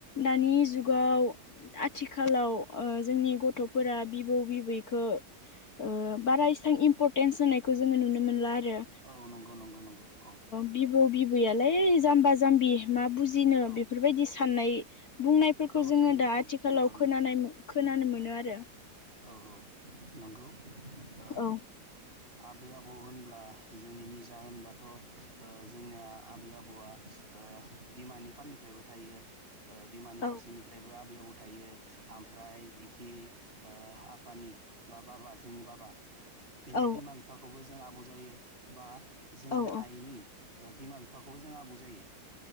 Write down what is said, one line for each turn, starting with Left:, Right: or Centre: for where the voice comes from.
Left: दानि जुगाव। आथिखालाव ओ जोंनि गथ'फोरा बिबौ-बिबैखो। ओ बारा इसबां इम्परटेन्स होनायखौ जोङो नुनो मोनला आरो।
Right: औ नंगौ-नंगौ-नंगौ औ।
Left: बिबौ-बिबैयालाय जाम्बा-जाम्बि मा बुजिनो
Right: औ
Left: बेफोरबायदि साननाय। बुंनायफोरखौ
Right: औ
Left: जोङो
Right: थायो
Left: दा
Right: थायो
Left: आथिखालाव
Right: औ
Left: खोनानाय खोनानो मोनो आरो।
Right: औ-औ नंगौ ओ
Left: औ
Right: आबै-आबौ होनब्ला जोंनि निजा होनब्लाथ' ओ जोंनिया आबै-आबौआ ओ बिमानि फालनिफ्रायबो थायो ओ बि फारसेनिफ्रायबो
Left: औ
Right: आबै-आबौ थायो ओमफ्राय इखि ओ आफानि बा-बाबा जोंनि बाबा। बेनि
Left: औ
Right: बिमा बिफाखौबो जों आबौ जायो बा जोंनि
Left: औ औ
Right: आइनि ओ बिमा-बिफाखौबो जों आबौ जायो